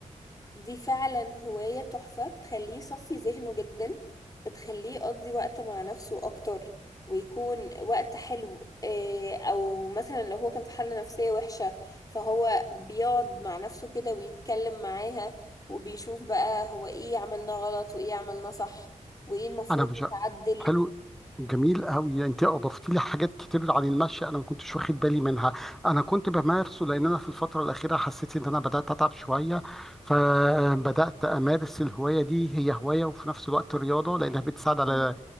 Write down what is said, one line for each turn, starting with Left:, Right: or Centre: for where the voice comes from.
Left: دي فعلا هواية تحفة بتخليه يصفي ذهنه جدا بتخليه يقضي وقت مع نفسه أكتر ويكون وقت حلو آه، أو مثلا لو هو كان في حالة نفسية وحشة فهو بيقعد مع نفسه كده ويتكلم معاها وبيشوف بقى هو ايه عملنا غلط وايه عملنا صح وايه المفروض
Centre: انا مش
Left: يتعدل
Centre: حلو جميل قوي انت اضفت لي حاجات كتير عن المشي انا ما كنتش واخد بالي منها انا كنت بمارسه لان انا في الفتره الاخيره حسيت ان انا بدات اتعب شويه فبدات امارس الهوايه دي هي هوايه وفي نفس الوقت رياضه لانها بتساعد على
Left: مم.